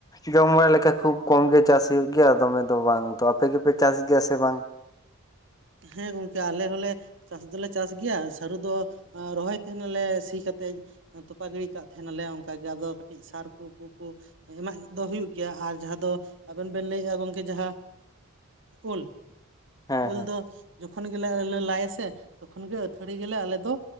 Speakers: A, on the left (about 15°); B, on the right (about 60°).
A: ᱡᱚᱢ ᱵᱟᱲᱟ ᱞᱮᱠᱟ ᱠᱷᱩᱵ ᱠᱚᱢ ᱜᱮ ᱪᱟᱥ ᱦᱩᱭᱩᱜ ᱜᱮᱭᱟ ᱫᱚᱢᱮ ᱫᱚ ᱵᱟᱝ ᱛᱚ ᱟᱯᱮ ᱜᱮᱯᱮ ᱪᱟᱥ ᱜᱮᱭᱟ ᱥᱮ ᱵᱟᱝ
B: ᱦᱮᱸ ᱜᱚᱝᱠᱮ ᱟᱞᱮ ᱦᱚᱸᱞᱮ ᱪᱟᱥ ᱫᱚᱞᱮ ᱪᱟᱥ ᱜᱮᱭᱟ ᱥᱟᱹᱨᱩ ᱫᱚ ᱨᱚᱦᱚᱭ ᱛᱟᱦᱮᱸᱱᱟ ᱞᱮ ᱥᱤ ᱠᱟᱛᱮᱫ ᱛᱚᱯᱟᱜ ᱜᱤᱲᱤ ᱠᱟᱜ ᱛᱟᱦᱮᱸᱱᱟ ᱞᱮ ᱚᱱᱠᱟ ᱜᱮ ᱟᱫᱚ ᱠᱟᱹᱴᱤᱡ ᱥᱟᱨ ᱠᱚ ᱯᱩ ᱠᱚ ᱮᱢᱟᱜ ᱫᱚ ᱦᱩᱭᱩᱜ ᱜᱮᱭᱟ ᱟᱨ ᱡᱟᱦᱟᱸ ᱫᱚ ᱟᱵᱮᱱ ᱵᱮᱱ ᱞᱟᱹᱭᱮᱫᱼᱟ ᱜᱚᱝᱠᱮ ᱡᱟᱦᱟᱸ ᱩᱞ
A: ᱦᱮᱸ
B: ᱩᱞ
A: ᱦᱮᱸ
B: ᱫᱚ ᱡᱚᱠᱷᱚᱱ ᱜᱮᱞᱮ ᱟᱞᱮ ᱞᱮ ᱞᱟᱭᱟᱥᱮ ᱛᱚᱠᱷᱚᱱ ᱜᱮ ᱟᱹᱛᱷᱟᱹᱲᱤ ᱜᱮᱞᱮ ᱟᱞᱮ ᱫᱚ